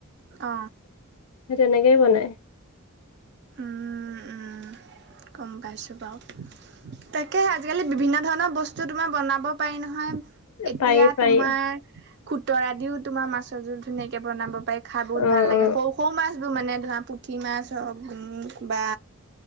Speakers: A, on the right; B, on the left.
A: অ
B: সেই তেনেকেই বনাই
A: উম উম গম পাইছো বাৰু তাকে হে আজিকালি বিভিন্ন ধৰণৰ বস্তু তোমাৰ বনাব পাৰি নহয় এতিয়া
B: পাৰি পাৰি
A: তোমাৰ খুতৰা দিও তোমাৰ মাছৰ জোল ধুনীয়াকে বনাব পাৰি খাই বহুত
B: অ
A: ভাল লাগে
B: অ
A: সৰু সৰু মাছবোৰ মানে ধৰা পুঠি মাছ হওক বা